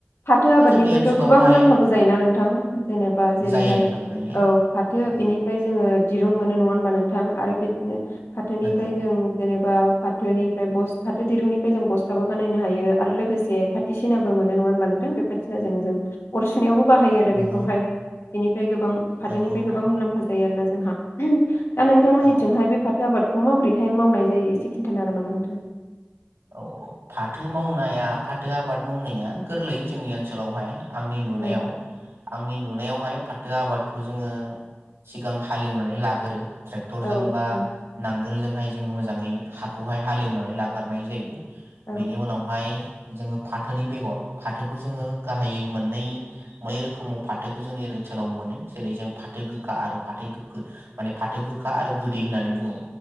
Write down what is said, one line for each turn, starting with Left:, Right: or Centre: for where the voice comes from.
Left: फाथो
Right: दा
Left: आबादनिफ्रायथ'
Right: जोंनि ओनसोलावहाय
Left: गोबां मुलाम्फाबो जायोना नोंथां जेनेबा बा जेरैहाय
Right: जायो नोंथां जायो
Left: औ फाथो
Right: औ
Left: बिनिफ्राय जोङो दिरुं मोनो नङा होनबा नोंथां आरो बे बिदिनो फाथोनिफ्राय
Right: नंगौ
Left: जों जेनेबा फाथोनिफ्राय फाथो दिरुंनिफ्राय जों बसथाबो बानायनो हायो आरो लोगोसे फाथथिसिनाबो मोनो नङा होनबा दों बे फाथो सिनाजों जों अर सुनायावबो बाहायो
Right: नोंगौ
Left: आरो बेखौहाय बेनिफ्राय गोबां फाथोनिफ्राय
Right: नंगौ नोंथां
Left: गोबां मुलाम्फा जायो आरो ना जोंहा दा नोंथांमोननिथिंहाय
Right: औ
Left: बे फाथो आबाद बेखौ माबोरैहाय मावनाय जायो एसे खिन्थानो हागोन नामा नोंथाङा?
Right: औ औ फाथो मावनाया फाथो आबाद मावनाया गोरलै जोंनि ओनसोलावहाय। आंनि नुनायाव
Left: औ
Right: आंनि नुनायाव हाय फाथो आबादखौ जोङो सिगां हालेवनानै लागोरो। ट्रेक्टरजों
Left: औ
Right: बा
Left: औ
Right: नांगोलजोंहाय। जोङो मोजाङै हाखौहाय हालेवनानै लागोर नाय जायो।
Left: औ
Right: बेनि उनावहाय जोङो फाथोनि बेगर फाथोखौ जोङो गाहायै मोननै बै रोखोमाव फाथोखौ जोंनि ओनसोलाव मोनो जेरै जों फाथो गो गोखा आरो फाथो गोखो माने फाथो गोखा आरो गोदै होननानै बुङो।